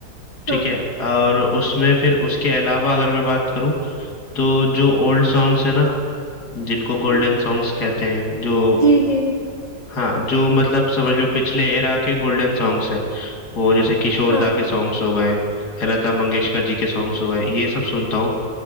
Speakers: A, on the left (about 70°); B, on the right (about 50°).
A: ठीक
B: हाँ
A: है और उसमें फिर उसके अलावा अगर मैं बात करूं तो जो ओल्ड सॉन्ग्स है ना जिनको गोल्डन
B: हम्म,
A: सॉन्ग्स कहते हैं जो
B: जी जी
A: हाँ जो मतलब समझ लो पिछले एरा के गोल्डन सॉन्ग्स है वो जैसे किशोर
B: हाँ
A: दा के सॉन्ग्स हो गए या लता मंगेशकर जी के सॉन्ग्स हो गए ये सब सुनता हूँ